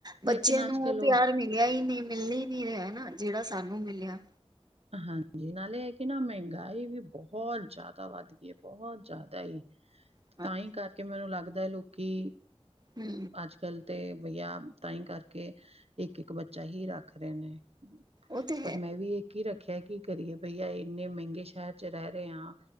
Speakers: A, on the right; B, on the right.
A: ਬੱਚਿਆਂ
B: ਲੇਕਿਨ
A: ਨੂੰ
B: ਅੱਜ ਕੱਲ
A: ਉਹ ਪਿਆਰ ਮਿਲਿਆ ਹੀ ਨਹੀਂ, ਮਿਲਣ ਹੀ ਨੀ ਰਿਹਾ ਨਾ ਜਿਹੜਾ ਸਾਨੂੰ ਮਿਲਿਆ।
B: ਹਾਂਜੀ, ਨਾਲੇ ਹੈ ਕਿ ਨਾ ਮਹਿੰਗਾਈ ਵੀ ਬਹੁਤ ਜ਼ਿਆਦਾ ਵੱਧ ਗਈ ਹੈ ਬਹੁਤ ਜ਼ਿਆਦਾ।
A: ਹੂ
B: ਤਾਂ ਹੀ ਕਰਕੇ ਮੈਨੂੰ ਲੱਗਦਾ ਲੋਕੀ
A: ਹੂ
B: ਅੱਜ ਕਲ ਤੇ ਵਆ ਤਹੀ ਕਰਕੇ ਇੱਕ- ਇੱਕ ਬੱਚਾ ਹੀ ਰੱਖ ਰਹੇ ਨੇ।
A: ਉਹ ਤੇ
B: ਪਰ
A: ਹੈ
B: ਮੈਂ ਵੀ ਇਹ ਕੀ ਰੱਖਿਆ ਕੀ ਕਰੀਏ ਬਈਆ ਇੰਨੇ ਮਹਿੰਗੇ ਸ਼ਹਿਰ ਚ' ਰਹਿ ਰਹੇ ਹਾਂ।